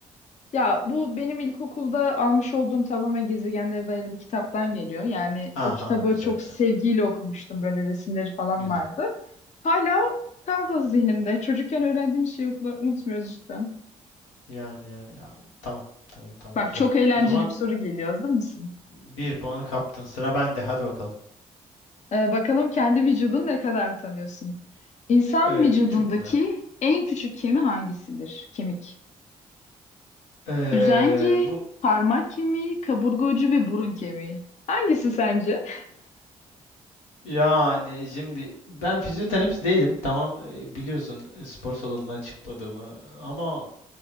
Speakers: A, on the left; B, on the left.
A: Ya bu benim ilkokulda almış olduğum tamamen gezegenlere dayalı bir kitaptan geliyor. Yani
B: Aha
A: o kitabı
B: güzel
A: çok
B: güzel.
A: sevgiyle okumuştum. Böyle resimleri falan
B: Güzel.
A: vardı. Hala kaldı zihnimde. Çocukken öğrendiğim şeyi unutma- unutmuyoruz cidden.
B: Yani yani ya tamam tamam tamam
A: Bak
B: güzel.
A: çok eğlenceli
B: O zaman
A: bir soru geliyor. Hazır mısın?
B: bir puanı kaptın. Sıra bende. Hadi bakalım.
A: Ee, bakalım kendi vücudunu ne kadar tanıyorsun? İnsan
B: Ee,
A: vücudundaki
B: çok güzel.
A: en küçük kemi hangisidir? Kemik.
B: Ee,
A: Üzengi,
B: bu
A: parmak kemiği, kaburga ucu ve burun kemiği. Hangisi sence?
B: yani şimdi ben fizyoterapist değilim. Tamam e, biliyorsun e, spor salonundan çıkmadığımı ama